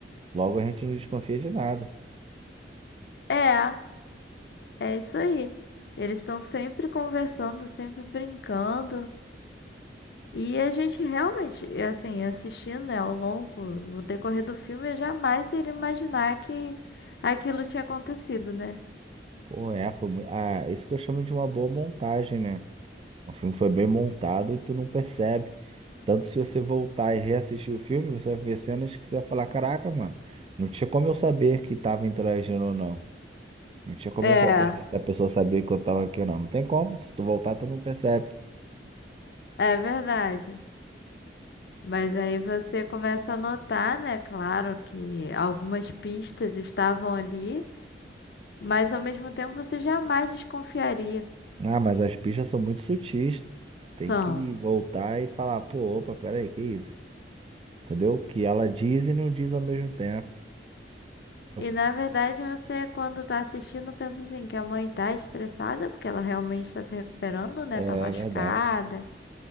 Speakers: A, on the right; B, on the left.
A: Logo a gente não desconfia de nada.
B: É. É isso aí. Eles estão sempre conversando, sempre brincando. E a gente realmente, e assim, assistindo, né, ao longo, no decorrer do filme, eu jamais iria imaginar que aquilo tinha acontecido, né?
A: Pô, é, foi mu- ah, isso que eu chamo de uma boa montagem, né? O filme foi bem montado e tu não percebe. Tanto se você voltar e reassistir o filme, você vai ver cenas que você vai falar, caraca, mano, não tinha como eu saber que tava interagindo ou não. Não tinha como
B: É,
A: eu saber se essa pessoa sabia que eu tava aqui ou não. Não tem como, se tu voltar, tu não percebe.
B: é verdade. Mas aí você começa a notar, né? Claro que algumas pistas estavam ali, mas ao mesmo tempo você jamais desconfiaria.
A: Ah, mas as pistas são muito sutis. Tem
B: São.
A: que voltar e falar, pô, opa, peraí, que isso? Entendeu? Que ela diz e não diz ao mesmo tempo. Ou
B: E
A: seja,
B: na verdade você, quando tá assistindo, pensa assim, que a mãe tá estressada, porque ela realmente tá se recuperando, né?
A: é
B: Tá machucada.
A: é verdade.